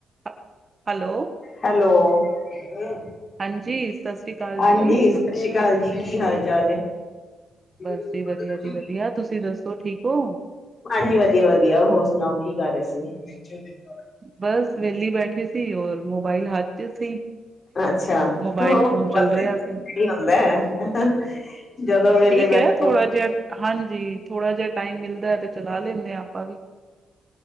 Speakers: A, on the right; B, on the left.
A: ਹ hello
B: hello ਬ ਇੰਦਰ
A: ਹਾਂਜੀ ਸਤਿ ਸ੍ਰੀ ਅਕਾਲ
B: ਹਾਂਜੀ,
A: ਜੀ
B: ਸਤਿ ਸ਼੍ਰੀ ਅਕਾਲ ਜੀ। ਕੀ ਹਾਲ ਚਾਲ ਹੈ? <inaudible>
A: ਬਸ ਜੀ ਵਧੀਆ ਜੀ ਵਧੀਆ ਤੁਸੀਂ ਦੱਸੋ ਠੀਕ ਹੋ
B: ਹਾਂਜੀ ਵਧੀਆ ਵਧੀਆ ਹੋਰ ਸੁਣਾਓ, ਕੀ ਕਰ ਰਹੇ ਸੀ? ਬੱਚੇ ਨਹੀਂ ਘਰ।
A: ਬਸ ਵਿਹਲੀ ਬੈਠ ਏ ਸੀ, ਔਰ ਮੋਬਾਈਲ ਹੱਥ ਤੁਸੀਂ
B: ਅੱਛਾ
A: ਮੋਬਾਇਲ
B: ਹੋ
A: ਫੋਨ ਚੱਲ
B: ਬਸ
A: ਰਿਹਾ
B: ਇਹੀ
A: ਸੀ,
B: ਹੁੰਦਾ ਹੈ ਜਦੋਂ ਵੇਲੇ
A: ਠੀਕ
B: ਬੈਠੋ
A: ਹੈ ਥੋੜਾ ਜਿਹਾ, ਹਾਂਜੀ ਥੋੜਾ ਜਿਹਾ ਟਾਈਮ ਮਿਲਦਾ ਤੇ ਚਲਾ ਲੈਣੇ ਆ, ਆਪਾਂ ਵੀ।